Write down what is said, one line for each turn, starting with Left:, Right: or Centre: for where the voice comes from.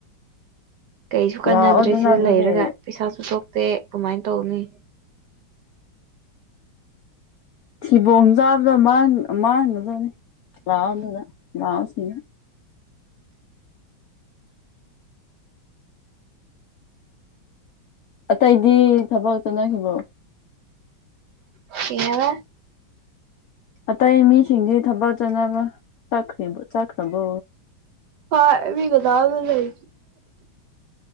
Right: ꯀꯩꯁꯨ ꯀꯥꯟꯅꯗ꯭ꯔꯦ
Left: ꯂꯥꯛꯑꯣ ꯑꯗꯨꯅ
Right: ꯁꯤꯗ
Left: ꯑꯗꯨꯗꯤ
Right: ꯂꯩꯔꯒ ꯄꯩꯁꯥꯁꯨ ꯊꯣꯛꯣꯛꯇꯦ ꯀꯃꯥꯏꯅ ꯇꯧꯅꯤ
Left: ꯊꯤꯕꯣꯡ ꯆꯥꯕꯗ ꯃꯥꯡꯒꯗꯕꯅꯤ ꯂꯥꯛꯑꯣꯗꯨꯅ ꯂꯥꯛꯑꯣ ꯏ ꯑꯇꯩꯗꯤ ꯊꯕꯛ ꯆꯠꯅꯈꯤꯕꯣ
Right: ꯀ ꯍꯥꯏꯕ
Left: ꯑꯇꯩ ꯃꯤꯁꯤꯡꯁꯤ ꯊꯕꯛ ꯆꯥꯅꯕ ꯆꯈ꯭ꯔꯤꯕ ꯆꯠꯈ꯭ꯔꯕꯣ
Right: ꯐꯥ ꯀꯗꯥꯕ ꯂꯩ